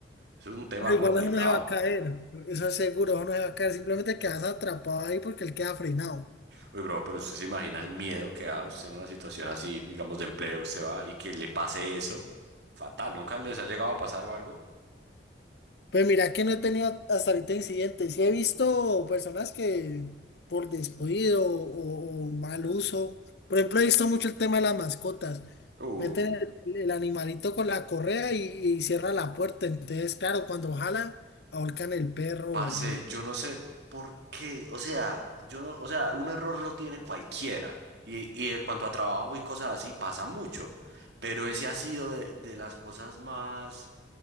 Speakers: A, on the right (about 65°); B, on the left (about 60°).
A: Eso es un tema
B: Pero
A: complicado.
B: igual eso no se va a caer, eso es seguro, eso no se va a caer, simplemente quedas atrapado ahí porque él queda frenado.
A: Uy, bro, pero usted se imagina el miedo que da usted en una situación así, digamos, de empleo, usted va y que le pase eso. Fatal, ¿nunca les ha llegado a pasar o algo?
B: Pues mira que no he tenido hasta ahorita incidentes, sí he visto personas que por descuido o, o mal uso, por ejemplo he visto mucho el tema de las mascotas,
A: Uy,
B: meten el, el- animalito con la correa y, y cierra la puerta, entonces claro, cuando jala ahorcan el perro,
A: parce,
B: o el-
A: yo no sé por qué, o sea, yo no, o sea, un error lo tiene cualquiera. Y, y en cuanto a trabajo y cosas así, pasa mucho. Pero ese ha sido de, de las cosas más,